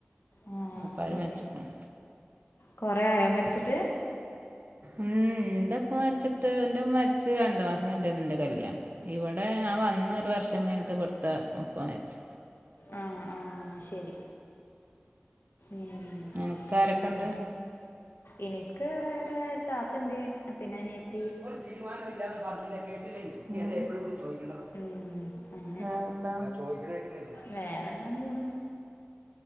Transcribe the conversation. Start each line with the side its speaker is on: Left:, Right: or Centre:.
Left: ഏ
Right: വാപ്പാര്
Left: ശരി.
Right: മരിച്ചിക്കണു
Left: കൊറേ ആയോ മരിച്ചിട്ട്.
Right: ഉം. ന്റെ പ്പ മരിച്ചിട്ട് ന്റെ പ്പ മരിച്ച് രണ്ടു മാസം, കയിഞ്ഞിട്ടേന്നു ന്റെ കല്യാണം. ഇവിടെ ഞാൻ വന്നൊരു വർഷം കഴിഞ്ഞിട്ട് ഇവട്ത്ത ഉപ്പ മരിച്ചു.
Left: ആ ആ ശരി. ഉം...
Right: എനക്ക് ആരൊക്കെ
Left: അങ്ങനെല്ലേ
Right: ഉണ്ട്?
Left: എനിക്ക് വിടെ താത്തണ്ട്. പിന്നെ അനിയ <unintelligible>
Right: ഒരു തീരുമാനം ങ്ങള് ഇല്ലാന്ന് പറഞ്ഞില്ലേ കേട്ടില്ലേങ്കി <unintelligible> എപ്പോഴപ്പോഴും ചോദിക്കേണ്ടത്?
Left: ഉം അങ്ങനെ
Right: ആഹ്. ന്താ? <inaudible>
Left: വേറെന്താണ്. പോണ്.